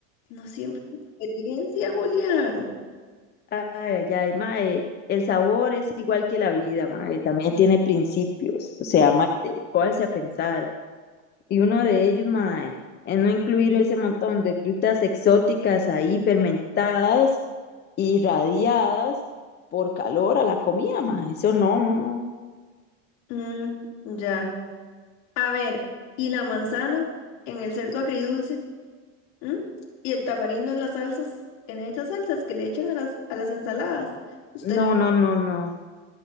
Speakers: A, on the left (about 55°); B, on the left (about 25°).
A: No siempre es experiencia, Julián.
B: Ay, ay, ay, ma, eh, el sabor es igual que la vida, ma, y también tiene principios, o sea, ma, te- póngase a pensar, y uno de ellos, ma, es no incluir ese montón de frutas exóticas ahí fermentadas irradiadas por calor a la comida, ma. Eso no, no, no.
A: Mm, ya. A ver, ¿y la manzana en el cerdo agridulce? ¿Mm? ¿Y el tamarindo en las salsas? En esas salsas que le echan a las, a las ensaladas. ¿Usted
B: No,
A: lo...
B: no, no, no.